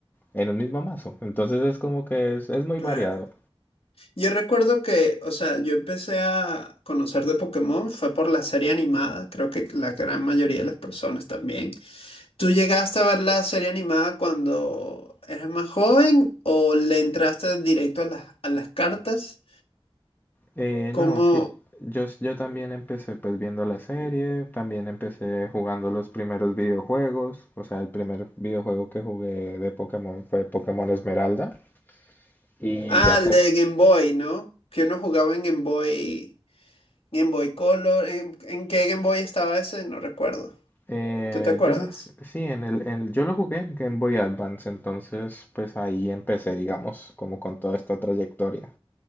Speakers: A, on the left; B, on the left.
A: en un mismo mazo. Entonces es como que es, es muy
B: Claro.
A: variado.
B: Yo recuerdo que, o sea, yo empecé a conocer de Pokémon fue por la serie animada, creo que la gran mayoría de las personas también. ¿Tú llegaste a ver la serie animada cuando eras más joven o le entraste directo a las, a las cartas?
A: Eh, no,
B: Como,
A: sí, yo, s- yo también empecé pues viendo la serie, también empecé jugando los primeros videojuegos, o sea, el primer videojuego que jugué de Pokémon fue Pokémon Esmeralda. Y
B: ah,
A: ya,
B: el
A: co-
B: de Game Boy, ¿no? Que uno jugaba en Game Boy. Game Boy Color. ¿En, en qué Game Boy estaba ese? No recuerdo.
A: Eh,
B: ¿Tú te acuerdas?
A: yo lo, sí, en el, en- yo lo jugué en Game Boy Advance, entonces pues ahí empecé, digamos, como con toda esta trayectoria.